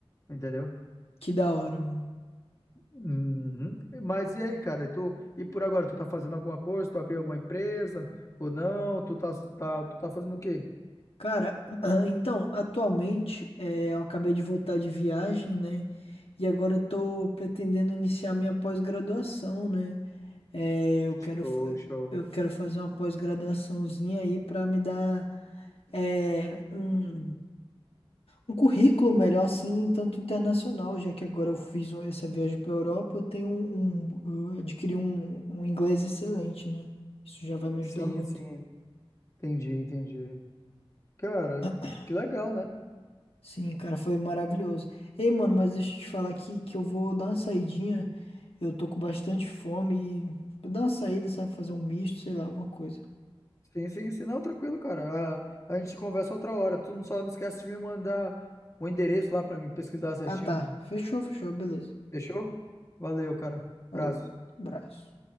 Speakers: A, on the left (about 30°); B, on the left (about 80°).
A: entendeu?
B: Que da hora, mano.
A: Uhum. Mas e aí, cara? E tu, e por agora, tu tá fazendo alguma coisa? Tu abriu alguma empresa ou não? Tu tá, tá- tu tá fazendo o quê?
B: Cara, <clears throat> então, atualmente, é, eu acabei de voltar de viagem, né? E agora eu tô pretendendo iniciar minha pós-graduação, né? É, eu quero,
A: Show,
B: fa-
A: show.
B: eu quero fazer uma pós-graduaçãozinha aí para me dar é, um, um currículo melhor, assim, tanto internacional, já que agora eu fiz um- essa viagem para Europa, eu tenho um, um- eu adquiri um, um inglês excelente, né? Isso já vai me
A: Sim,
B: ajudar muito.
A: sim. Entendi, entendi. Cara,
B: <clears throat>
A: que legal, né?
B: Sim, cara, foi maravilhoso. Ei, mano, mas deixa eu te falar aqui que eu vou dar uma saidinha. Eu tô com bastante fome e vou dar uma saída, sabe? Fazer um misto, sei lá, alguma coisa.
A: Sim, sim, sim. Não, tranquilo, cara. A, a gente conversa outra hora. Tu não só não esquece de me mandar o endereço lá pra mim pesquisar certinho.
B: Ah, tá. Fechou, fechou, beleza.
A: Fechou? Valeu, cara.
B: Falou,
A: Abraço.
B: abraço.